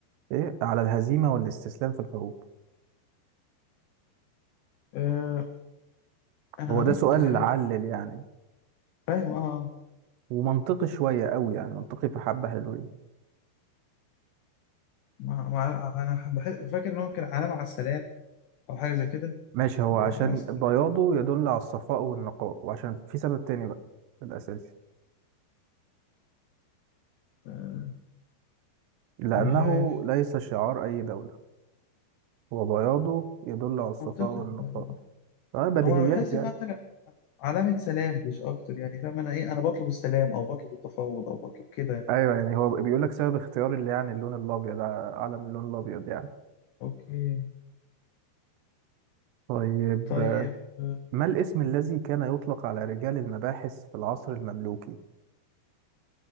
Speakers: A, on the right; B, on the left.
A: إيه على الهزيمة والاستسلام في الحروب
B: آه، أنا
A: هو
B: قريت
A: ده سؤال
B: الحاجة
A: علل يعني
B: فاهم اه آه.
A: ومنطقي شوية قوي يعني منطقي في حبة حلوين
B: مع... مع... انا بح... فاكر ان هو كان علامة على السلام او حاجة زي كده
A: ماشي هو عشان
B: على السلام
A: بياضه يدل على الصفاء والنقاء وعشان في سبب تاني بقى الأساسي
B: آه،
A: لأنه
B: مش عارف
A: ليس شعار أي دولة هو بياضه يدل على الصفاء
B: منطقي
A: والنقاء
B: لا، لا، لا.
A: آه بديهيات
B: هو انا بحس
A: يعني
B: ان هو حاجة علامة سلام مش اكتر يعني فاهم انا ايه انا بطلب السلام او بطلب التفاوض او بطلب كده يعني
A: أيوه يعني هو بيقول لك سبب اختيار اللي يعني اللون الأبيض ع- علم اللون الأبيض يعني
B: اوكي
A: طيب
B: طيب آه،
A: ما الاسم الذي كان يطلق على رجال المباحث في العصر المملوكي؟